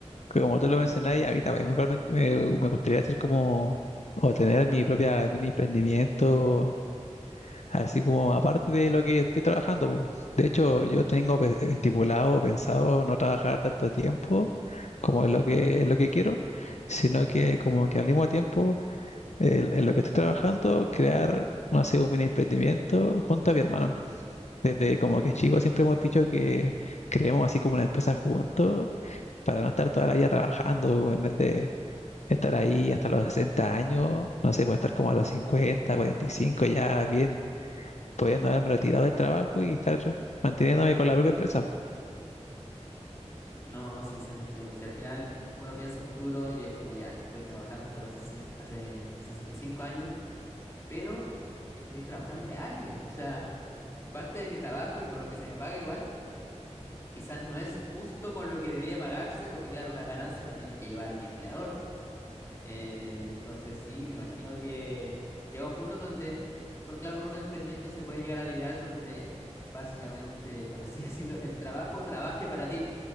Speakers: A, on the left (about 70°); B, on the left (about 25°).
A: Como tú lo mencionabas, a mí también me, me, me gustaría hacer como, o tener mi propia mini emprendimiento, así como aparte de lo que estoy trabajando, po. De hecho, yo tengo pe- estipulado, pensado no trabajar tanto tiempo como es lo que, es lo que quiero, sino que como que al mismo tiempo, el- en lo que estoy trabajando, crear, no sé, un mini emprendimiento junto a mi hermano. Desde como que chicos siempre hemos dicho que creemos así como una empresa juntos para no estar toda la vida trabajando, en vez de Estar ahí hasta los 60 años, no sé, puede estar como a los cincuenta cuarenta y cinco ya bien, pudiendo haberme retirado del trabajo y estar manteniéndome con la propia empresa.
B: No, sí, sí, te entiendo. Si al final uno piensa futuro y es como ya, estoy trabajando hasta los sesen- hace sesenta y cinco años pero estoy trabajándole a alguien. O sea, parte de mi trabajo y por lo que se me paga igual, quizás no es justo con lo que debería pagarse, porque claro, una ganancia la tiene que llevar mi empleador. Eh, entonces sí, me imagino que llega un punto en donde, con, claro, con un emprendimiento se puede llegar al ideal donde básicamente, por así <laughs> decirlo, el trabajo trabaje para ti.